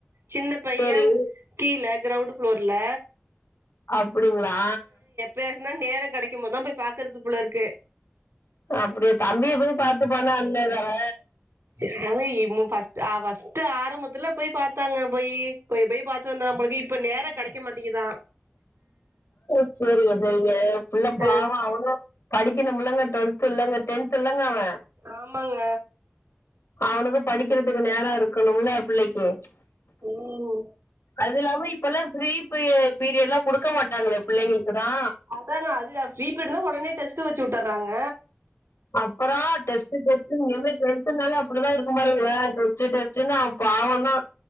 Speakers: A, on the right (about 80°); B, on the left (about 80°).
A: சின்ன பைய
B: சரி.
A: கீழ க்ரௌண்டு ஃப்ளோர்ல
B: அப்பிடிங்ளா
A: பேசுனா நேரங்கெடைக்கும் போதா போய் பாக்கற்து போலருக்கு
B: அப்பிடியா தம்பிய போய் பாத்துப்பானா அண்ணங்கார
A: ஏங்க இ மு ஃபஸ்ட்டு ஆ ஆரம்பத்துல போய் பாத்தாங்க போயி போய் போய் பாத்து வந்தா போலருக்கு இப்ப நேரங்கெடைக்க மாட்டிங்கிதா
B: ஓ செரிங்க செரிங்க புள்ள பாவோ
A: ஆ
B: அவனு படிக்கணுமில்லங்க ட்வெல்த்து இல்லங்க டென்த் இல்லங்க அவ
A: ஆமாங்க
B: அவனுக்கு படிக்கிறத்துக்கு நேரோ இருக்கணுமில்ல பிள்ளைக்கு
A: ம்
B: அதுல்லாம இப்பல்லா ஃப்ரீ ப்ரியேட் பீரியட்லா குடுக்க மாட்டாங்களே பிள்ளைங்கள்க்குதா
A: அதாங்க அது தா ஃப்ரீ பீடு்னா ஒடனே டெஸ்ட்டு வெச்சுட்டர்றாங்க
B: அப்பறோ டெஸ்ட்டு டெஸ்ட்டுன் இனிமே டென்த்துனாலே அப்பிடிதா இருக்கு பாருங்க டெஸ்ட்டு டெஸ் ட்டுன் அவ பாவந்தா